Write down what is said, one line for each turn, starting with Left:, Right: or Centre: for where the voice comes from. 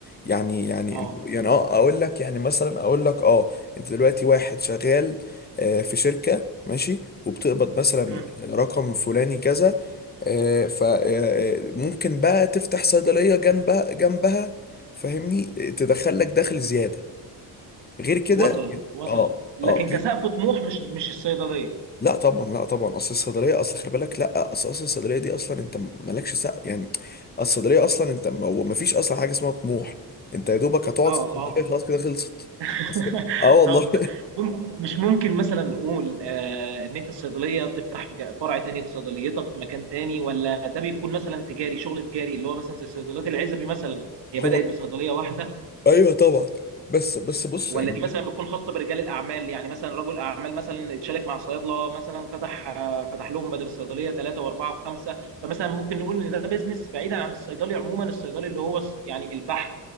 Left: يعني يعني
Right: اه
Left: انت يعني اه اقول لك يعني مثلا اقول لك اه انت دلوقتي واحد شغال آه، في شركه ماشي وبتقبض مثلا
Right: امم
Left: رقم فلاني كذا فممكن بقى تفتح صيدليه جنبها جنبها فاهمني تدخل لك دخل زياده غير كده
Right: وصلت وصلت
Left: اه
Right: لكن
Left: اه
Right: كسقف طموح مش مش الصيدليه
Left: لا طبعا لا طبعا اصل الصيدليه اصل خلي بالك لا اصل اصل الصيدليه دي اصلا انت مالكش سقف يعني الصيدليه اصلا انت ما هو مفيش اصلا حاجه اسمها طموح انت يا دوبك هتقعد
Right: اه
Left: في الصيدليه
Right: اه
Left: خلاص كده خلصت
Right: <laughs>
Left: بس اه والله
Right: طب مم- مش ممكن مثلا نقول آه ان انت الصيدليه تفتح ج- فرع تاني لصيدليتك في مكان تاني ولا ده بيكون مثلا تجاري شغل تجاري اللي هو مثلا زي صيدليات العزبي مثلا
Left: <laughs>
Right: هي بدات
Left: هو
Right: بصيدليه واحده
Left: ايوه طبعا بس بس بص
Right: ولا
Left: يعني
Right: دي مثلا بتكون خاصه برجال الاعمال يعني مثلا رجل اعمال مثلا اتشارك مع صيادله مثلا فتح آه، فتح لهم بدل الصيدليه ثلاثه واربعه وخمسه فمثلا ممكن نقول ان ده بيزنس بعيدا عن الصيدلي عموما الصيدلي اللي هو الص- يعني البحث